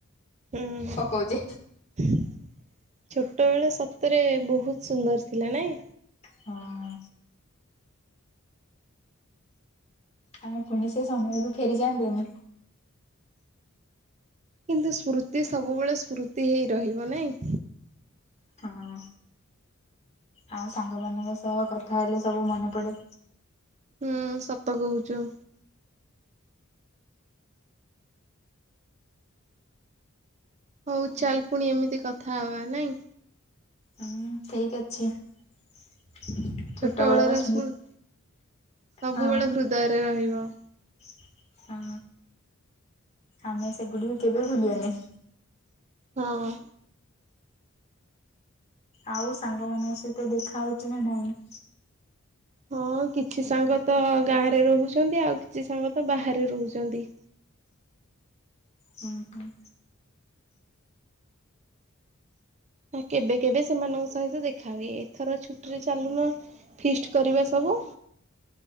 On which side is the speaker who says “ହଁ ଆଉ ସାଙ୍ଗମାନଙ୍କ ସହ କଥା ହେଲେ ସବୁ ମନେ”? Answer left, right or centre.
Left